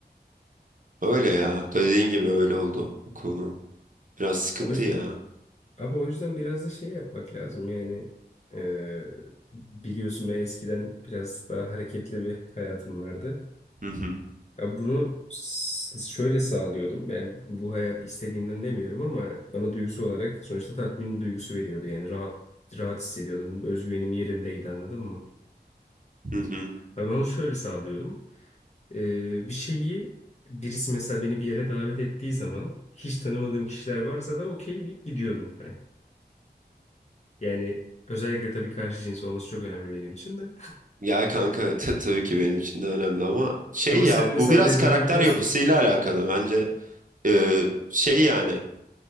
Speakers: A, on the right; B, on the left.
A: Öyle ya dediğin gibi öyle oldu bu konu. Biraz sıkıntı
B: O yüzden
A: ya.
B: Abi o yüzden biraz da şey yapmak lazım yani eee, biliyorsun ben eskiden biraz daha hareketli bir hayatım vardı.
A: Hı hı.
B: Ya bunu s- şöyle sağlıyordum yani bu hayatı istediğimden demiyorum ama bana duygusu olarak sonuçta tatmin duygusu veriyordu yani rahat rahat hissediyordum özgüvenim yerindeydi anladın mı?
A: Hı hı.
B: Ben onu şöyle sağlıyordum Eee, bir şeyi birisi mesela beni bir yere davet ettiği zaman hiç tanımadığım kişiler varsa da okey deyip gidiyordum Yani özellikle tabii karşı cins olması çok önemli benim için de.
A: Ya kanka <laughs> ta- tabii ki benim için de önemli ama
B: <laughs>
A: şey
B: Ama
A: ya
B: sen mesela
A: bu biraz
B: reddedebiliyorsun.
A: karakter yapısıyla alakalı bence Ee, şey yani